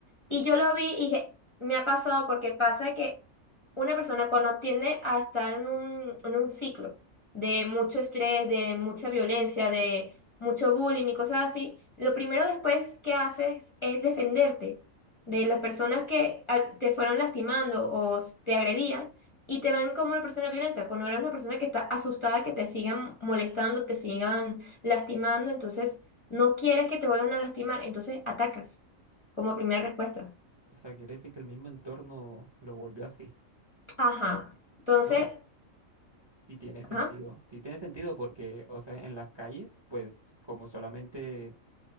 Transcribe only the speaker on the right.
O sea, quiere decir que el mismo entorno lo volvió así.
Bueno, sí tiene sentido.
Sí tiene sentido porque, o sea, en las calles, pues como solamente